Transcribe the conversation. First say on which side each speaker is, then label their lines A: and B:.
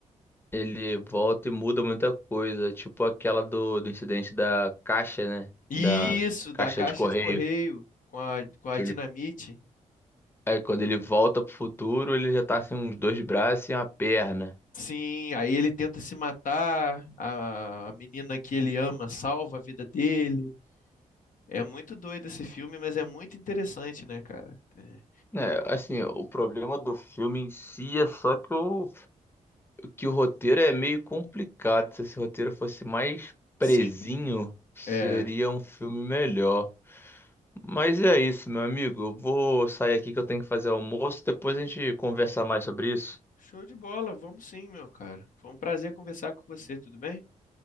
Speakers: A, on the left; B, on the left.
A: Ele volta e muda muita coisa, tipo aquela do, do incidente da caixa, né?
B: Isso,
A: Da caixa
B: da caixa
A: de correio.
B: de correio com a, com a
A: Que
B: dinamite.
A: ele, é, quando ele volta pro futuro, ele já tá sem uns dois braços e uma perna.
B: Sim, aí ele tenta se matar, a, a menina que ele ama salva a vida dele. É muito doido esse filme, mas é muito interessante, né, cara? É
A: É, assim, o problema do filme em si é só que o que o roteiro é meio complicado. Se esse roteiro fosse mais presinho,
B: simples, né?
A: seria
B: É.
A: um filme melhor. Mas é isso, meu amigo. Eu vou sair aqui que eu tenho que fazer almoço. Depois a gente conversa mais sobre isso.
B: Show de bola, vamos sim, meu cara. Foi um prazer conversar com você, tudo bem?